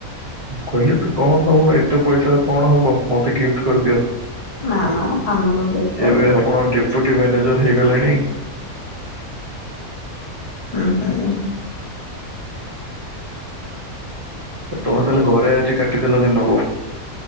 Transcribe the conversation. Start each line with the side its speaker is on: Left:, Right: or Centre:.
Right: କହିଲେ ତ କଣ ହବ ଏତେ ପଇସା କଣ ହବ ମତେ ଗିଫ୍ଟ କରିଦିଅ।
Left: ନା ନା ମୁଁ ସ୍ୱାମୀଙ୍କୁ ଗିଫ୍ଟ କରିବି।
Right: ଏବେ ଆପଣ ଡେପୁଟି ମ୍ୟାନେଜର ହେଇଗଲେଣି।
Left: ହୁଁ ହୁଁ ହୁଁ।
Right: ତମେ ତାହେଲେ ଘରେ ଆଜି କାଟିଦେଲ ଦିନକୁ।